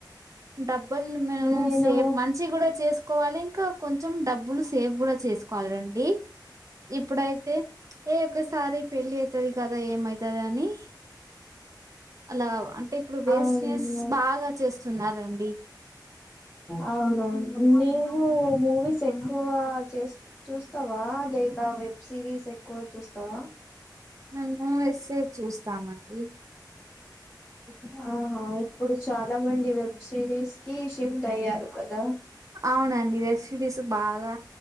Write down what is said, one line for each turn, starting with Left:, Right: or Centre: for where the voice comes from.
Right: డబ్బుల్ మనం
Left: నేను
Right: సేవ్ మంచి గూడ చేసుకోవాలి, ఇంకా కొంచెం డబ్బులు సేవ్ గూడ చేసుకో కాలరండి ఇప్పుడైతే ఏ ఒకసారి పెళ్ళి అయితది కదా ఏమయితది అని అలా అంటే ఇప్పుడు వెస్ట్
Left: అవును
Right: నేస్ బాగా చేస్తున్నారండి
Left: అవునా నేవు మూవీస్ ఎక్కువ చేస్ చూస్తవా లేక వెబ్ సిరీస్ ఎక్కువ చూస్తవా
Right: మేము మూవీసే చూస్తామండి.
Left: ఇపూ ఆహా ఇప్పుడు చాలా మంది వెబ్ సిరీస్ కి షిఫ్ట్ అయ్యారు కదా
Right: అవునండి. వెబ్ సిరీస్ బాగా